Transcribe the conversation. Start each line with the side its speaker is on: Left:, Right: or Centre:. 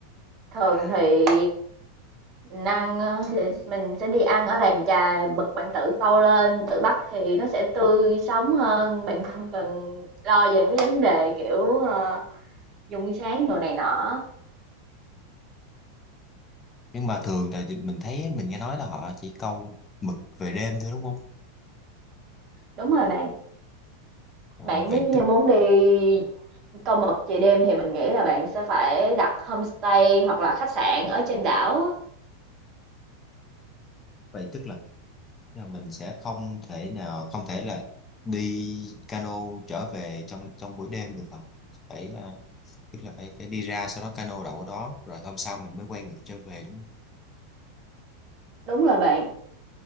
Right: Thường
Left: À,
Right: thì Mình ăn, ơ, sẽ mình sẽ đi ăn ở làng chài, bật bạn tự câu lên, tự bắt thì nó sẽ tươi sống hơn, bạn không cần lo về mấy cái vấn đề, kiểu, ờ, dung sáng đồ này nọ.
Left: nhưng mà thường là thì mình thấy mình nghe nói là họ chỉ câu mực về đêm thôi đúng không
Right: Đúng rồi bạn,
Left: ờ,
Right: bạn
Left: vậy
Right: nếu như
Left: tức
Right: muốn đi câu mực về đêm thì mình nghĩ là bạn sẽ phải đặt homestay hoặc là khách sạn ở trên đảo á.
Left: vậy tức là là mình sẽ không thể nào không thể là đi cano trở về trong trong buổi đêm được không phải ờ, tức là phải phải đi ra sau đó cano đậu ở đó rồi hôm sau mình mới quay ngược trở về đúng không?
Right: Đúng rồi bạn,